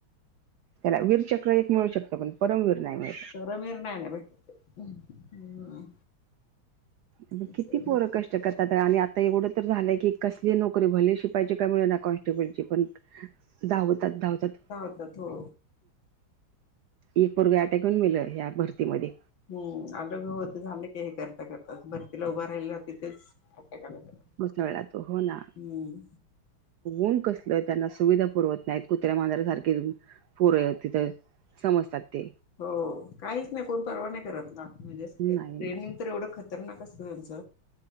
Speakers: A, on the right; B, on the left.
A: त्याला वीरचक्र एक मिळू शकत पण परमवीर नाही मिळत.
B: परमवीर नाही ना भेटत. हम्म
A: मग
B: असे
A: किती पोर
B: लोक
A: कष्ट करतात. आणि आता एवढ तर झालय की कसली नोकरी भले शिपायची काय मिळेना कॉनस्टेबलची पण धावतात धावतात.
B: धावतात हो.
A: एक पोरग अटॅक येऊन मेल ह्या भरतीमध्ये.
B: हम्म <unintelligible> होत झाल की हे करता करता भरतीला उभा राहिला तिथेच अटॅक आला त्याला.
A: भुसावळात तो हो ना.
B: हम्म
A: ऊन कसल त्यांना सुविधा पुरवत नाहीत कुत्र्या, मांजऱ्या सारखे पोर ये समजतात ते.
B: हो काहीच नाही कोण परवा नाही करत ना म्हणजे अस काही
A: नाही
B: ट्रेनिंग
A: नाही
B: तर एवढ खतरनाक असत त्यांच.